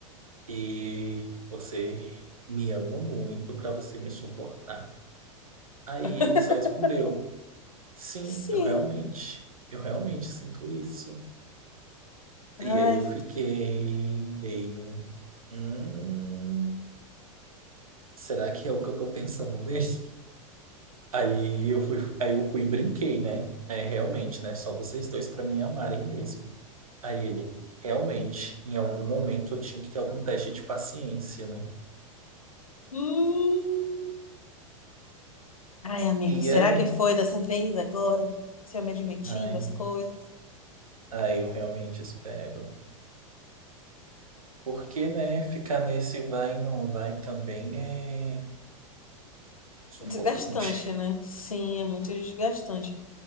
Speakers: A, on the right; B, on the left.
A: E você me ama muito pra você me suportar. Aí
B: <laughs>
A: ele só respondeu, sim,
B: Sim.
A: eu realmente, eu realmente sinto isso.
B: Ai,
A: E aí eu fiquei meio, hum, será que é o que eu tô pensando mesmo? Aí eu fui, aí eu fui e brinquei, né? É, realmente, né? Só vocês dois pra me amarem mesmo. Aí ele, realmente, em algum momento eu tinha que ter algum teste de paciência, né?
B: hum. Ai, amigo,
A: E
B: será
A: aí,
B: que foi dessa vez agora? Se eu me admitindo
A: ai,
B: as coisas?
A: aí eu realmente espero. Porque, né, ficar nesse vai e não vai também é sufocante.
B: Desgastante, né? Sim, é muito desgastante.